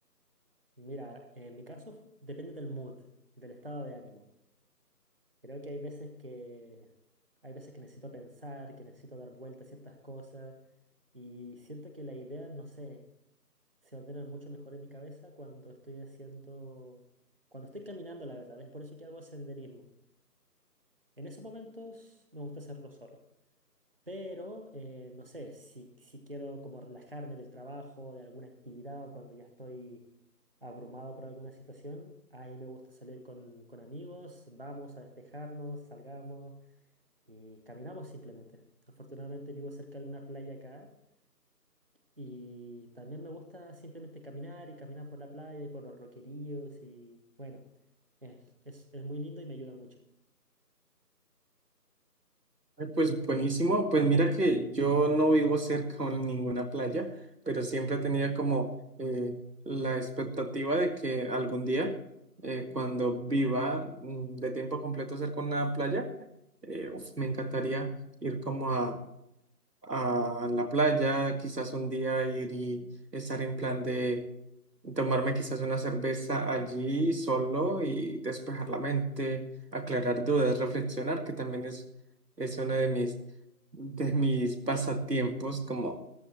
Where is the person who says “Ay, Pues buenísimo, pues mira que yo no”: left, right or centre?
Right